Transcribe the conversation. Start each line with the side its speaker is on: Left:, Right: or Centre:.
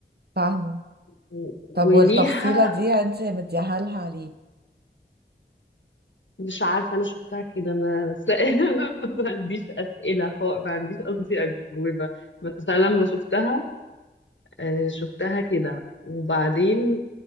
Right: فاهمة
Left: و- وليها
Right: طب والتفصيلة دي انتي مديها لها ليه
Left: مش عارفة أنا شفتها كده ما بس <laughs> ما عنديش أسئلة هو ما عنديش قصدي أجوبة بس أنا لما شفتها آه، شفتها كده وبعدين